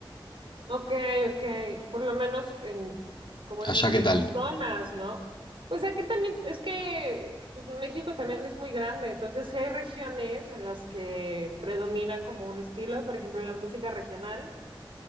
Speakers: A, on the right; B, on the left.
A: Ok, ok, por lo menos en, como
B: Allá,
A: dices,
B: ¿qué tal?
A: por zonas, ¿no? Pues aquí también, es que pues, México también es muy grande, entonces sí hay regiones en las que predomina como un estilo, por ejemplo, la música regional